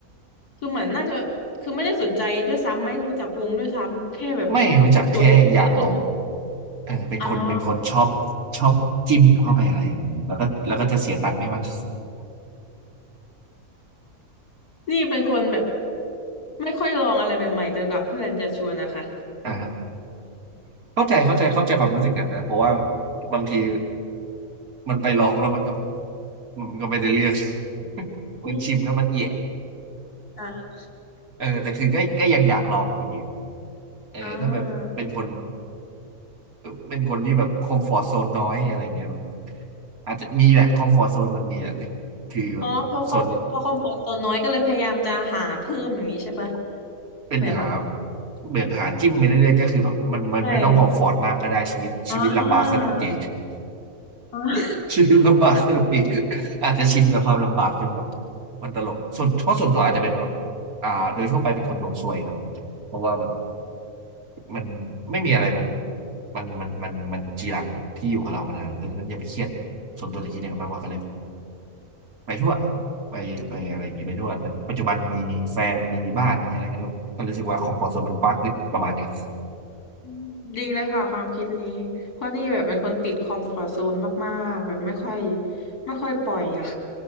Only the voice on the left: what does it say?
คือเหมือนน่าจะคือไม่ได้สนใจด้วยซ้ำไม่รู้จักวงด้วยซ้ำแค่แบบ
ตัวก็เลย
อ่า นี่เป็นคนแบบไม่ค่อยลองอะไรใหม่ๆจนกว่าเพื่อนจะชวนนะคะ
อืม
อ่า
อ่า
อ๋อพอคอมพอความปลอดโซนน้อยก็เลยพยายามจะหาเพิ่มอย่างนี้ใช่ปะ
แบบ
ใช่อ่าอ่า
อืมดีเลยค่ะความคิดนี้เพราะนี่แบบเป็นคนติดคอมฟอร์ตโซนมากๆแบบไม่ค่อยไม่ค่อยปล่อยอะ